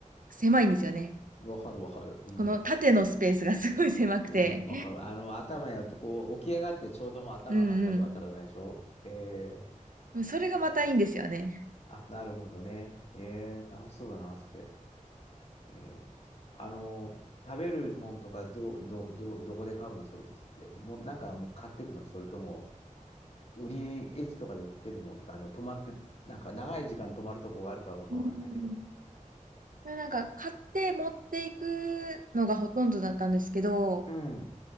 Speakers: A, on the right; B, on the left.
A: 狭いんですよね。
B: わかるわかる。うん。
A: この縦のスペースがすごい狭くて。
B: うん、わかる。あの、頭やると、こう、起き上がってちょうどもう頭が当たる当たらないでしょえー、
A: うんうん。それがまたいいんですよね。
B: そあ、なるほどね。えー、楽しそうだな、それ。えー、あの、食べるもんとか、ど、ど、ど、どこで買うの、そういう時って。もう、なんかもう買ってくのそれとも、売りに、駅とかで売ってるのとか、あの、泊まって、なんか長い時間泊まるとこがあるかどうかわかんないけど。
A: うん。これなんか買って持っていくのがほとんどだったんですけど、
B: うん。